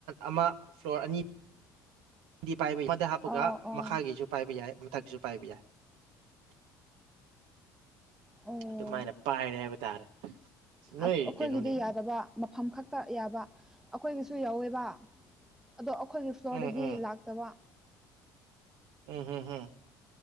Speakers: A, on the right; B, in the centre.
A: ꯑꯃ ꯐ꯭ꯂꯣꯔ ꯑꯅꯤ ꯄꯥꯏꯕ ꯌꯥꯏ ꯍꯥꯞꯄꯒ
B: ꯑꯣ ꯑꯣ
A: ꯃꯈꯥꯒꯤꯁꯨ ꯄꯥꯏꯕ ꯌꯥꯏ ꯃꯊꯛꯁꯨ ꯄꯥꯏꯕ ꯌꯥꯏ
B: ꯑꯣ
A: ꯑꯗꯨꯃꯥꯏꯅ ꯄꯥꯏꯔꯦ ꯍꯥꯏꯕ ꯇꯥꯔꯦ ꯅꯣꯏ
B: ꯑꯩꯈꯣꯏꯒꯤꯗꯤ
A: ꯀꯩꯅꯣꯅꯦ
B: ꯌꯥꯗꯕ ꯃꯐꯝ ꯈꯛꯇ ꯌꯥꯕ ꯑꯩꯈꯣꯏꯒꯤꯁꯨ ꯌꯥꯎꯋꯦꯕ ꯑꯗꯣ ꯑꯩꯈꯣꯏꯒꯤ ꯐꯂꯣꯔꯗꯗꯤ
A: ꯎꯝ ꯎꯝ
B: ꯂꯥꯛꯇꯕ
A: ꯎꯝ ꯍꯝ ꯍꯝ